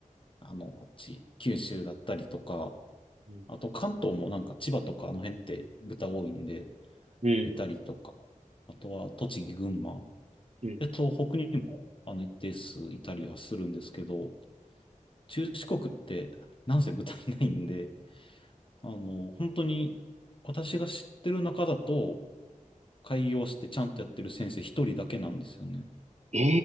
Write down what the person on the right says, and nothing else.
うん
うん
うん、うん。
え